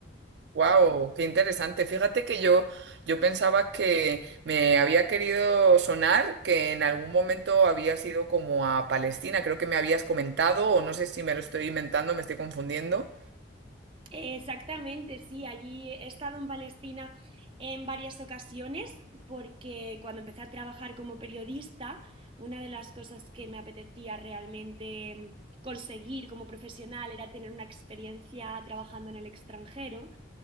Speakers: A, on the right (about 60°); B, on the right (about 25°).
A: ¡Wow! ¡Qué interesante! Fíjate que yo, yo pensaba que me había querido sonar que en algún momento habías ido como a Palestina, creo que me habías comentado o no sé si me lo estoy inventando, me estoy confundiendo.
B: Exactamente, sí, allí he estado en Palestina en varias ocasiones porque cuando empecé a trabajar como periodista, una de las cosas que me apetecía realmente conseguir como profesional era tener una experiencia trabajando en el extranjero